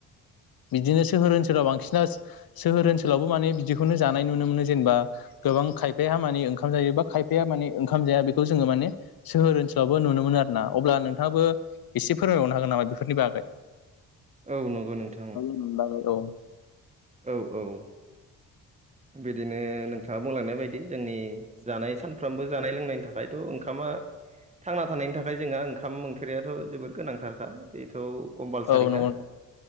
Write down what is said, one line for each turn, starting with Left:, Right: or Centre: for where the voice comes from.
Left: बिदिनो सोहोर ओनसोलाव बांसिना सोहोर ओनसोलावबो माने बिदि खौनो जानाय नुनो मोनो जेनेबा गोबां खायफाया माने ओंखाम जायो बा खायफाया माने ओंखाम जाया बेखौ जोङो माने सोहोर ओनसोलावबो नुनो मोन आर ना अब्ला नोंथाङाबो एसे फोरमायबावनो हागोन नामा बेफोरनि बागै?
Right: औ नंगौ नोंथां
Left: <unintelligible> औ
Right: औ औ बिदिनो नोंथाङा बुंलांनाय बायदि जोंनि जानाय सानफ्रामबो जानाय लोंनायनि थाखायथ' ओंखामा थांना थानायनि थाखाय जोंहा ओंखाम ओंख्रियाथ' जोबोर गोनांथारखा बेथ' कम्पालसारिखा
Left: औ नंगौ